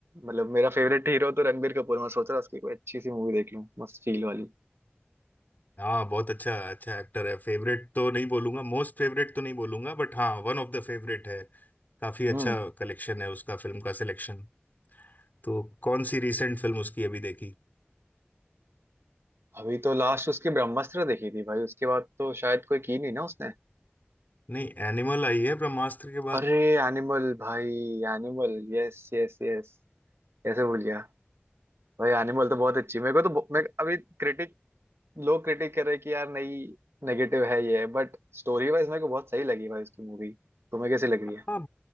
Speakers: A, on the right; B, on the left.
A: मतलब मेरा फेवरेट हीरो तो रणबीर कपूर मैं सोच रहा हूँ उसकी कोई अच्छी सी मूवी देख लूँ मस्त फील वाली
B: हाँ बहुत अच्छा अच्छा एक्टर है फेवरेट तो नहीं बोलूंगा मोस्ट फेवरेट तो नहीं बोलूंगा बट हाँ वन ऑफ द फेवरेट है काफी अच्छा
A: हम्म
B: कलेक्शन है उसका फिल्म का सिलेक्शन तो कौन सी रिसेंट फिल्म उसकी अभी देखी
A: अभी तो लास्ट उसकी ब्रह्मास्त्र देखी थी भाई उसके बाद तो शायद कोई की नहीं ना उसने
B: नहीं एनिमल आई है ब्रह्मास्त्र के बाद
A: अरे एनिमल भाई एनिमल yes yes yes कैसे भूल गया भाई एनिमल तो बहुत अच्छी मेरे को तो बहु- मैं
B: <laughs>
A: अभी क्रिटिक लोग क्रिटिक कर रहे हैं कि यार नहीं नेगेटिव है ये बट स्टोरी वाइज मेरे को बहुत सही लगी भाई उसकी मूवी तुम्हें कैसी लग रही
B: हाँ
A: है